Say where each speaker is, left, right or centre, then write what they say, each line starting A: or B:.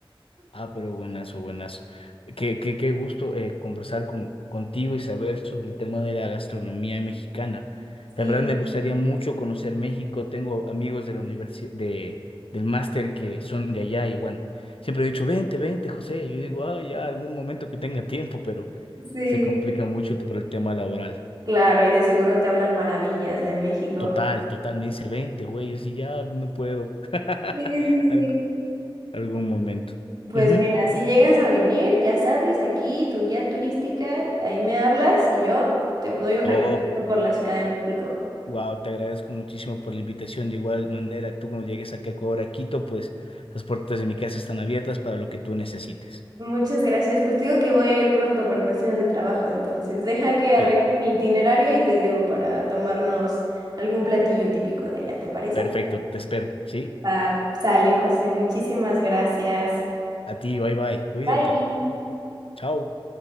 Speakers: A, on the left; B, on the right.
A: Ah, pero buenazo, buenazo. Qué, qué, qué gusto eh, conversar con, contigo y saber sobre el tema de la gastronomía mexicana. La
B: Sí.
A: verdad me gustaría mucho conocer México. Tengo amigos de la universidad, de, del máster que son de allá y bueno, siempre he dicho, vente, vente, José. Yo digo, ah, ya algún momento que tenga tiempo, pero
B: sí,
A: se complica mucho el- por el tema laboral.
B: Claro, y de seguro te hablan maravillas de México.
A: Total, total, me dice 20, güey, yo sí ya no puedo. <laughs>
B: sí, sí, sí.
A: Alg- algún momento.
B: Pues
A: Ujú.
B: mira, si llegas a venir, ya sabes, aquí tu guía turística, ahí me hablas y yo te doy un
A: Oh,
B: recorrido por la Ciudad de México.
A: wow, te agradezco muchísimo por la invitación. De igual manera, tú cuando llegues aquí a Ecuador, a Quito, pues las puertas de mi casa están abiertas para lo que tú necesites.
B: Muchas gracias. Pues te digo que voy a ir pronto por cuestiones de trabajo, entonces deja que arregle
A: Pe-
B: mi itinerario y te digo para tomarnos algún platillo típico de allá, ¿te parece?
A: perfecto, te espero, ¿sí?
B: Va, sale, José. Muchísimas gracias.
A: A ti, bye bye, cuídate.
B: Bye.
A: Chao.